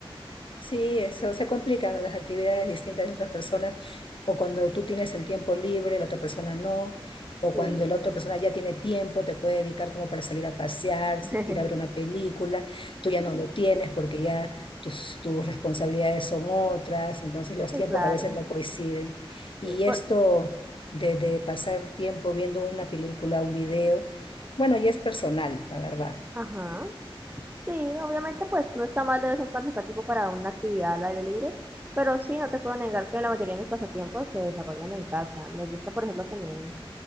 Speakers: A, on the left; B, on the right.
A: Sí, eso se complican las actividades distintas de otras personas, o cuando tú tienes el tiempo libre, la otra persona no, o
B: Sí,
A: cuando la otra persona ya tiene tiempo, te puede dedicar como para salir a pasear, si-
B: <laughs>
A: ir a ver una película, tú ya no lo tienes porque ya tus, tus responsabilidades son otras, entonces los
B: sí,
A: tiempos
B: claro.
A: a veces no coinciden. Y
B: Sí, por...
A: esto de, de pasar tiempo viendo una película, un video, bueno, ya es personal, la verdad.
B: Ajá. Sí, obviamente pues no está mal de vez en cuando sacar tiempo para una actividad al aire libre, pero sí, no te puedo negar que la mayoría de mis pasatiempos se desarrollan en casa. Me gusta, por ejemplo, también